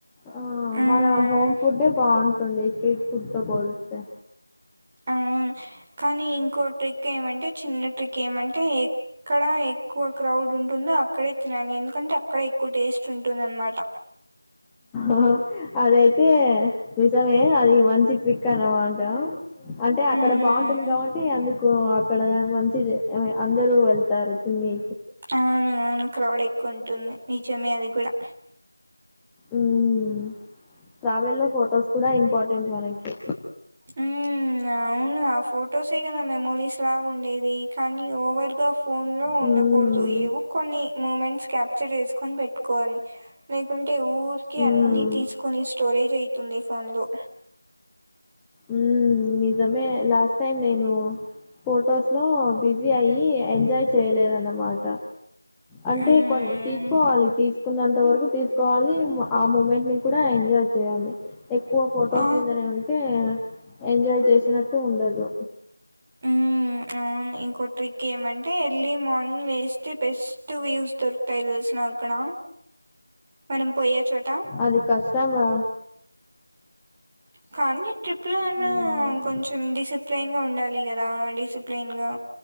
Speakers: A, in the centre; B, on the right (about 20°).
A: ఆ
B: మ్మ్
A: మన హోమ్ ఫుడ్ బాగు టది స్ట్రీట్ ఫుడ్ తో పోలిస్తే
B: ఆ కానీ ఇంకో ట్రిక్ ఏమంటే చిన్న ట్రిక్ ఏమంటే ఎక్కడ ఎక్కువ క్రౌడ్ ఉంటుందో అ అక్కడే తినను ఎందుకంటే అక్కడ ఎక్ కు టేస్ట్ ఉంటుందన్నమాట
A: అహా అదైతే నిజమే అది మంచి ట్రిక్ అన్నమాట అంటే అక్కడ
B: మ్మ్
A: బాగుంటుంది కాబట్టి అందు కో అక్కడ మంచి జ, అందరూ వెళ్తారు తిని.
B: అవును అవును, క్రౌడ్ ఎక్కువ ఉంటుంది. చున్నయ్ అవి కూడా.
A: ఉమ్, ట్రావెల్లో ఫొటోస్ కూడా ఇంపార్టెంట్ మనకి.
B: ఉమ్ అవును, ఆ ఫొటోసే గదా మెమోరీస్ లాగుండేది. కనీ ఓవర్గాఫ్ ఫోన్లో ఉండకూడదు,
A: ఉమ్
B: ఏవో కొన్ని మూమెంట్ క్యాప్చర్ చేసుకొని పెట్టుకోవాలి. లేకుంటే, ఊరికే
A: ఉమ్
B: అన్ని తీసుకొని స్టోరేజ్ అయి తున్నయ్ ఫోన్ లు.
A: ఉమ్ నిజమే, లాస్ట్ టైం నేను ఫొటోస్ లో బిజీ అయ్యి ఎంజాయ్ చేయలేదన్నమాట. అంటే
B: ఉమ్
A: కొన్ తీసుకోవాలి, తీస్ కున్నంత వరకు తీసుకోవాలి, ఆ మూమెంట్ ని కూడా ఎంజాయ్ చేయాలి. ఎక్కువ ఫొటోస్
B: ఆ
A: మీదనే ఉంటే? ఎంజాయ్ చేసినట్టు ఉండదు.
B: ఉమ్ అవును. ఇంకో ట్రిక్ ఏమంటే, ఎర్లీ మార్నింగ్ లేస్తే బెస్ట్ వ్యూస్ దొరుకుతయి తెలిసునా అక్కడ. మనం పోయే చోట్
A: అది కష్టం రా.
B: కానీ ట్రిప్ లో అన్నా,
A: హ్మ్.
B: కొంచెం డిసిప్లైన్ గా ఉండాలి కద్ గా, డిసిప్లేన్ గా,